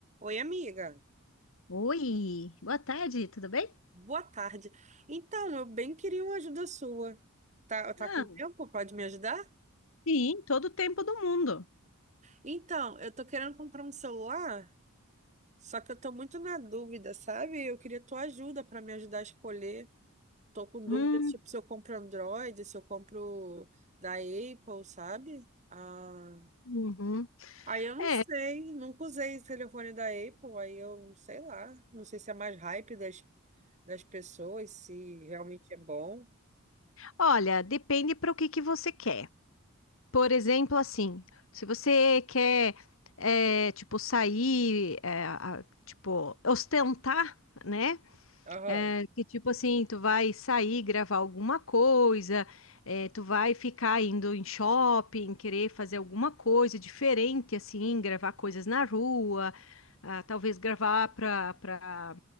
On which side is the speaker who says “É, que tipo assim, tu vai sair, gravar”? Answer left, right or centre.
Left